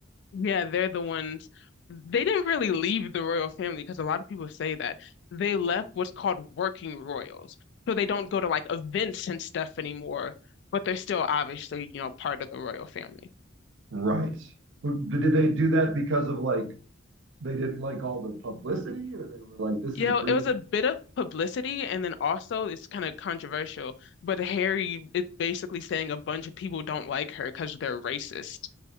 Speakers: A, on the left; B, on the right.
A: Yeah, they're the ones. They didn't really leave the royal family because a lot of people say that. They left what's called working royals. So they don't go to like events and stuff anymore, but they're still obviously, you know, part of the royal family.
B: Right. Did did they do that because of like they didn't like all the publicity, or they were like this
A: You
B: is a
A: know,
B: green?
A: it was a bit of publicity, and then also it's kind of controversial, but Harry is basically saying a bunch of people don't like her because they're racist.